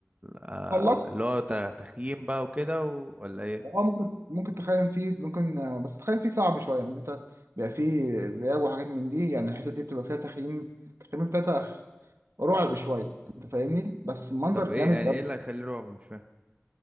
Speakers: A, on the right; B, on the right.
A: آه
B: تطلق
A: اللي هو ت- تخييم بقى وكده و... ولا ايه
B: اه ممكن ممكن تخيم فيه ممكن آه، بس تخيم فيه صعب شويه يعني انت بيبقى فيه ذئاب وحاجات من دي يعني الحته دي بتبقى فيها تخييم التخييم بتاعتها رعب شويه انت فاهمني بس المنظر
A: طب ايه
B: جامد
A: يعني
B: قوي
A: ايه اللي هيخليه رعب مش فاهم